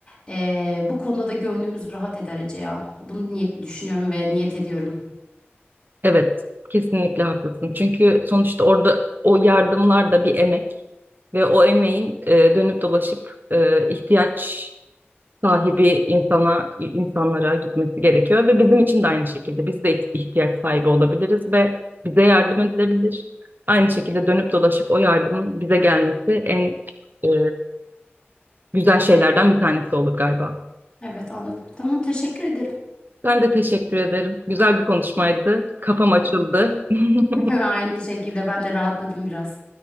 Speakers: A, on the left; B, on the right.
A: E, bu konuda da gönlümüz rahat eder Ece ya. Bunu niyet düşünüyorum ve niyet ediyorum.
B: Evet, kesinlikle haklısın. Çünkü sonuçta orada o yardımlar da bir emek ve o emeğin e, dönüp dolaşıp e, ihtiyaç sahibi insana insanlara gitmesi gerekiyor ve bizim için de aynı şekilde biz de ihtiyaç sahibi olabiliriz ve bize yardım edilebilir. Aynı şekilde dönüp dolaşıp o yardımın bize gelmesi en e, güzel şeylerden bir tanesi olur galiba.
A: Evet anladım. Tamam teşekkür ederim.
B: Ben de teşekkür ederim. Güzel bir konuşmaydı. Kafam
A: Evet.
B: açıldı. <laughs>
A: <laughs> Aynı şekilde ben de rahatladım biraz.